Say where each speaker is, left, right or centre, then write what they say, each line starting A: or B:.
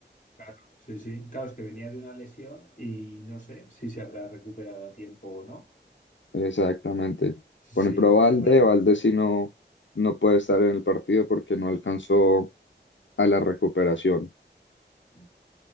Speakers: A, on the left; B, on the left.
A: Claro, sí, sí. Claro, es que venía de una lesión y no sé si se habrá recuperado a tiempo o no.
B: Exactamente.
A: Sí,
B: Por ejemplo, Valde,
A: habrá.
B: Valde sí no, no puede estar en el partido porque no alcanzó a la recuperación.
A: Mm,